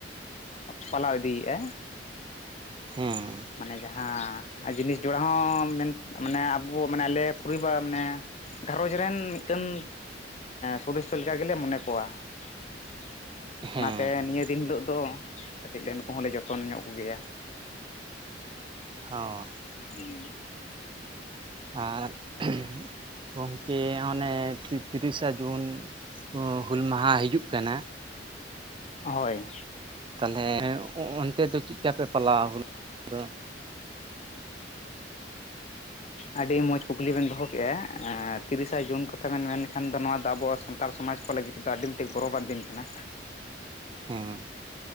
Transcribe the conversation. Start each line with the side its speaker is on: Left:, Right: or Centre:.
Left: ᱯᱟᱞᱟᱣ ᱤᱫᱤᱭᱮᱫᱼᱟ
Right: ᱦᱮᱸ
Left: ᱢᱟᱱᱮ ᱡᱟᱦᱟᱸ ᱡᱤᱱᱤᱥ ᱡᱚᱲᱟ ᱦᱚᱸ ᱢᱮᱱ ᱢᱟᱱᱮ ᱟᱵᱚ ᱢᱟᱱᱮ ᱟᱞᱮ ᱯᱚᱨᱤᱵᱟᱨ ᱢᱟᱱᱮ ᱜᱷᱟᱨᱚᱡᱽ ᱨᱮᱱ ᱢᱤᱫᱴᱮᱱ ᱥᱚᱫᱚᱥᱚ ᱞᱮᱠᱟ ᱜᱮᱞᱮ ᱢᱚᱱᱮ ᱠᱚᱣᱟ ᱾
Right: ᱦᱮᱸ
Left: ᱚᱱᱟᱛᱮ
Right: ᱦᱮᱸ
Left: ᱱᱤᱭᱟᱹ ᱫᱤᱱ ᱦᱤᱞᱚᱜ ᱫᱚ ᱠᱟᱹᱴᱤᱡ ᱞᱮ ᱱᱩᱠᱩ ᱦᱚᱸᱞᱮ ᱡᱚᱛᱚᱱ ᱧᱚᱜ ᱠᱚᱜᱮᱭᱟ ᱾
Right: ᱦᱚᱸ
Left: <unintelligible>
Right: ᱟᱨ <unintelligible> ᱜᱚᱝᱠᱮ ᱚᱱᱮ ᱛᱤᱨᱤᱥᱟ ᱡᱩᱱ ᱦᱩᱞ ᱢᱟᱦᱟ ᱦᱤᱡᱩᱜ ᱠᱟᱱᱟ
Left: ᱦᱚᱭ
Right: ᱛᱟᱦᱞᱮ ᱚᱱᱛᱮ ᱫᱚ ᱪᱮᱫᱠᱟᱯᱮ ᱯᱟᱞᱟᱣ <unintelligible> ᱫᱚ
Left: ᱟᱹᱰᱤ ᱢᱚᱡᱽ ᱠᱩᱠᱞᱤ ᱵᱮᱱ ᱫᱚᱦᱚ ᱠᱮᱜᱼᱟ ᱾ ᱛᱤᱨᱤᱥᱟ ᱡᱩᱱ ᱠᱟᱛᱷᱟ ᱵᱮᱱ ᱢᱮᱱ ᱞᱮᱠᱷᱟᱱ ᱫᱚ ᱱᱚᱣᱟ ᱫᱚ ᱟᱵᱚ ᱥᱟᱱᱛᱟᱲ ᱥᱚᱢᱟᱡᱽ ᱠᱚ ᱞᱟᱹᱜᱤᱫ ᱛᱚ ᱟᱹᱰᱤ ᱢᱤᱫ ᱴᱤᱡ ᱜᱚᱨᱚᱵᱟᱱ ᱫᱤᱱ ᱠᱟᱱᱟ ᱾
Right: ᱦᱮᱸ